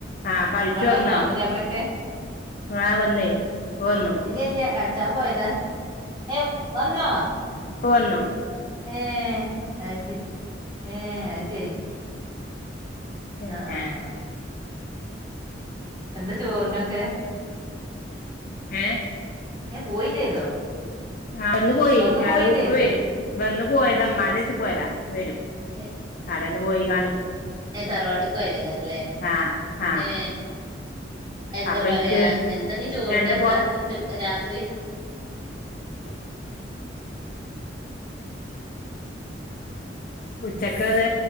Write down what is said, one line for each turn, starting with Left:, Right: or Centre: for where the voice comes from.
Left: ആഹ കഴിച്ചു
Right: അവിടെ
Left: വന്നോ
Right: പുതിയാപ്പളൊക്കെ
Left: ആ വന്നേ പോന്നു
Right: ഇല്ല ഇല്ല കളിച്ചാൻ പോയതാ ഏ വന്നോ
Left: പോന്നു
Right: ഏ അത് ശരി ഏ അത് ശരി
Left: പിന്നെ
Right: ആഹ ആഹ് എന്താ ചോറിനൊക്കെ
Left: ഉഹ
Right: പോയിയും ചെയ്തോ
Left: ആ ഒന്ന് പോയി
Right: വന്നു പോയിം
Left: അത് ഇപ്പ
Right: ചെയ്തോ
Left: വരും ഇ ഒന്ന് പോയത് അമമാന്റെ അടുത്ത് പോയതാ വരും
Right: <unintelligible> <inaudible>
Left: കടന്ന് പോയിക്ക
Right: അ തറവാട്ടക്കയത്ക്കാരല്ലേ
Left: ആഹ് ആഹ്
Right: ഏ എന്താ
Left: അപ്പൊ
Right: പറയാ
Left: ഇൻക്ക്
Right: എന്താ നീ ചോറിന
Left: രണ്ട്
Right: എന്താ
Left: കോ
Right: ഉച്ചക്ക് രാത്രി
Left: <unintelligible> <inaudible> ഉച്ചക്ക അത്